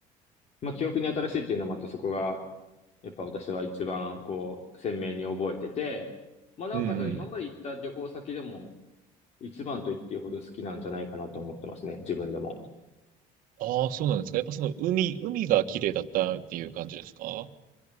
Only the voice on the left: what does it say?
まあ、記憶に新しいっていうのもあって、そこが、やっぱ私は一番、こう、鮮明に覚えてて、まあ、なおかつ、
今まで行った旅行先でも、一番と言っていいほど好きなんじゃないかなと思ってますね、自分でも。